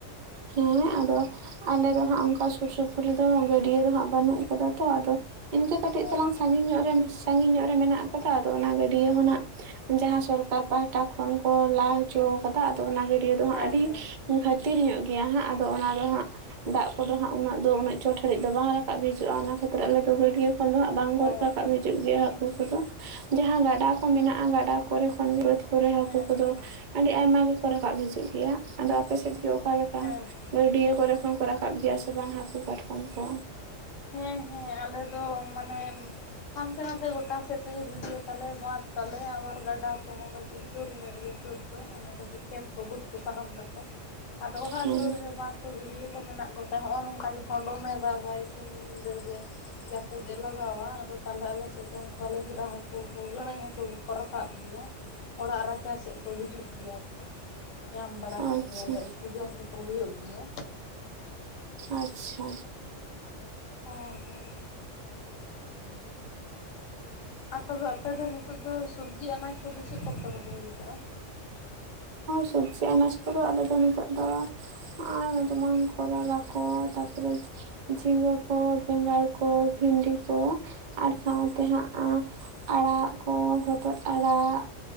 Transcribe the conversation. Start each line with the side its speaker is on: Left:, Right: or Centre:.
Right: ᱦᱮᱸ ᱟᱫᱚ ᱟᱞᱮ ᱫᱚᱦᱟᱸᱜ ᱚᱝᱠᱟ ᱥᱩᱨ ᱥᱩᱯᱩᱨ ᱨᱮᱫᱚ ᱜᱟᱹᱰᱭᱟᱹ ᱫᱚᱦᱟᱸᱜ ᱵᱟᱹᱱᱩᱜ ᱠᱟᱫᱟ ᱛᱚ ᱟᱫᱚ ᱤᱱᱠᱟᱹ ᱠᱟᱹᱴᱤᱡ
Left: ᱚ
Right: ᱛᱟᱞᱟᱝ ᱥᱟᱺᱜᱤᱧ
Left: ᱚ
Right: ᱧᱚᱜ ᱨᱮ ᱥᱟᱺᱜᱤᱧ ᱧᱚᱜ ᱨᱮ ᱢᱮᱱᱟᱜ ᱠᱟᱫᱟ ᱟᱫᱚ ᱚᱱᱟ ᱜᱟᱹᱰᱭᱟᱹ ᱦᱚᱸ ᱱᱟᱜ ᱡᱟᱦᱟᱸ ᱥᱚᱨᱠᱟᱨ ᱯᱟᱦᱴᱟ ᱠᱷᱚᱱ ᱠᱚ ᱞᱟ ᱦᱚᱪᱚᱣ ᱟᱠᱟᱫᱟ ᱟᱫᱚ ᱚᱱᱟ ᱜᱟᱹᱰᱭᱟᱹ ᱫᱚ
Left: ᱦᱮᱸ
Right: ᱦᱟᱸᱜ ᱟᱹᱰᱤ
Left: ᱦᱮᱸ
Right: ᱠᱷᱟᱹᱛᱤᱨ ᱧᱚᱜ ᱜᱮᱭᱟ ᱦᱟᱸᱜ ᱟᱫᱚ ᱚᱱᱟ ᱫᱚ ᱦᱟᱸᱜ ᱫᱟᱜ ᱠᱚᱫᱚ ᱦᱟᱸᱜ ᱩᱱᱟᱹᱜ ᱫᱚ ᱩᱱᱟᱹᱜ ᱪᱚᱴ ᱦᱟᱹᱨᱤᱡ ᱫᱚ ᱵᱟᱝ ᱨᱟᱠᱟᱵ ᱦᱤᱡᱩᱜ-ᱟ ᱚᱱᱟ ᱠᱷᱟᱹᱛᱤᱨ ᱟᱞᱮ ᱫᱚ ᱜᱟᱹᱰᱭᱟᱹ ᱠᱳᱱᱳ ᱦᱟᱸᱜ ᱵᱟᱝ ᱠᱚ
Left: ᱚ
Right: ᱨᱟᱠᱟᱵ
Left: ᱚ
Right: ᱦᱤᱡᱩᱜ ᱜᱮᱭᱟ ᱦᱟ ᱠᱩ ᱠᱚᱫᱚ ᱡᱟᱦᱟᱸ ᱜᱟᱰᱟ ᱠᱚ ᱢᱮᱱᱟᱜ-ᱟ ᱜᱟᱰᱟ ᱠᱚᱨᱮ ᱠᱷᱚᱱ ᱵᱟᱹᱫᱽ ᱠᱚᱨᱮ ᱦᱟᱹᱠᱩ
Left: ᱦᱮᱸ
Right: ᱠᱚᱫᱚ
Left: ᱦᱮᱸ
Right: ᱟᱰᱤ ᱟᱭᱢᱟ ᱜᱮᱠᱚ ᱨᱟᱠᱟᱵ ᱦᱤᱡᱩᱜ ᱜᱮᱭᱟ ᱟᱫᱚ ᱟᱯᱮ ᱥᱮᱫ ᱜᱮ ᱚᱠᱟ ᱞᱮᱠᱟ?
Left: ᱦᱮᱸ ᱦᱮᱸ
Right: ᱜᱟᱹᱰᱭᱟᱹ ᱠᱚᱨᱮ ᱠᱷᱚᱱ ᱠᱚ ᱨᱟᱠ ᱠᱟᱵ ᱜᱮᱭᱟ ᱥᱮ ᱵᱟᱝ ᱦᱟᱹᱠᱩ ᱠᱟᱴᱠᱚᱢ ᱠᱚ?
Left: ᱦᱮᱸ ᱦᱮᱸ ᱟᱞᱮ ᱫᱚ ᱢᱟᱱᱮ ᱦᱟᱱᱛᱮ ᱱᱟᱛᱮ ᱜᱚᱴᱟ ᱥᱮᱫ ᱛᱮᱜᱮ ᱜᱤᱰᱭᱟᱹ ᱛᱟᱞᱮ ᱵᱟᱸᱫ ᱛᱟᱞᱮ ᱟᱵᱟᱨ ᱜᱟᱰᱟ ᱠᱚᱦᱚᱸ ᱠᱟᱹᱴᱤᱡ ᱥᱩᱨ ᱧᱚᱜ ᱜᱮᱭᱟ ᱥᱩᱨ ᱫᱚ ᱢᱟᱱᱮ ᱠᱟᱹᱴᱤᱡ ᱠᱷᱮᱛ ᱠᱚ ᱵᱟᱹᱫᱽ ᱯᱟᱨᱚᱢ ᱠᱟᱛᱮᱜ᱾ ᱟᱫᱚ ᱚᱲᱟᱜ
Right: ᱦᱮᱸ
Left: ᱥᱩᱨ ᱨᱮᱜᱮ ᱵᱟᱸᱫᱽ ᱠᱚ ᱜᱤᱰᱭᱟᱹ ᱠᱚ ᱢᱮᱱᱟᱜ ᱠᱚᱛᱟ ᱦᱚᱜ-ᱚ ᱱᱚᱝᱠᱟ ᱡᱚᱠᱷᱚᱱ ᱫᱚᱢᱮ ᱫᱟᱜᱟᱭ ᱥᱤᱧ ᱧᱤᱫᱟᱹ ᱜᱮ ᱡᱟᱹᱯᱩᱫ ᱮ ᱞᱟᱜᱟᱣᱟ ᱟᱫᱚ ᱛᱟᱦᱞᱮ ᱟᱞᱮ ᱥᱮᱫ ᱫᱚ ᱚᱝᱠᱟ ᱞᱮᱧᱡᱨᱟ ᱦᱟᱹᱠᱩ ᱠᱚ ᱜᱟᱹᱲᱟᱹᱭ ᱦᱟᱹᱠᱩ ᱠᱚᱠᱚ ᱨᱟᱠᱟᱵ ᱜᱮᱭᱟ᱾ ᱚᱲᱟᱜ ᱨᱟᱪᱟ ᱥᱮᱜ ᱠᱚ ᱦᱤᱡᱩᱜ ᱜᱮᱭᱟ ᱠᱚ᱾ ᱧᱟᱢ ᱵᱟᱲᱟ ᱠᱚᱜᱮᱭᱟᱞᱮ
Right: ᱟᱪᱪᱷᱟ
Left: ᱩᱛᱩ ᱡᱚᱢ ᱫᱚᱠᱚ ᱦᱩᱭᱩᱜ ᱜᱮᱭᱟ᱾
Right: ᱟᱪᱪᱷᱟ᱾
Left: ᱚ ᱦᱮᱸ, ᱟᱯᱮ ᱫᱚ ᱟᱯᱮ ᱫᱚ ᱱᱤᱛᱚᱜ ᱫᱚ ᱥᱚᱵᱽᱡᱤ ᱟᱱᱟᱡᱽ ᱠᱚᱫᱚ ᱪᱮᱜ ᱠᱚᱯᱮ ᱨᱚᱦᱚᱭ ᱠᱟᱜ-ᱟ?
Right: ᱥᱚᱵᱽᱡᱤ ᱟᱱᱟᱡ ᱠᱚᱫᱚ ᱟᱞᱮ ᱫᱚ ᱱᱤᱛᱚᱜ ᱫᱚ ᱟᱨ ᱡᱮᱢᱚᱱ ᱠᱚᱨᱚᱞᱟ ᱠᱚ ᱛᱟᱯᱚᱨᱮ ᱡᱷᱤᱸᱜᱟᱹ ᱠᱚ, ᱵᱮᱸᱜᱟᱲ ᱠᱚ, ᱵᱷᱤᱱᱰᱤ ᱠᱚ, ᱟᱨ ᱥᱟᱶᱛᱮ ᱦᱟᱸᱜ ᱟᱲᱟᱜ ᱠᱚ᱾ ᱦᱚᱛᱚᱫ ᱟᱲᱟᱜ